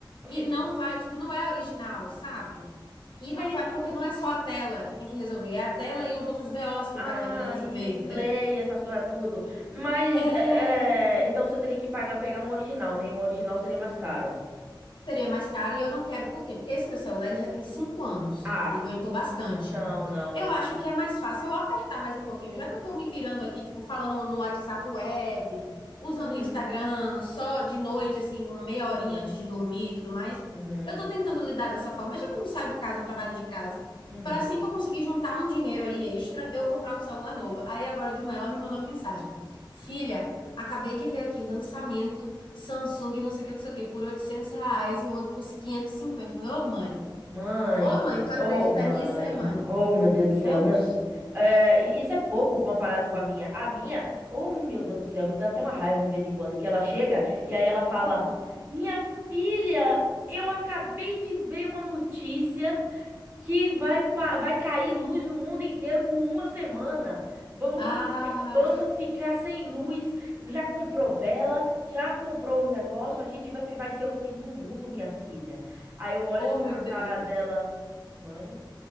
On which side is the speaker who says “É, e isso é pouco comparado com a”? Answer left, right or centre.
Right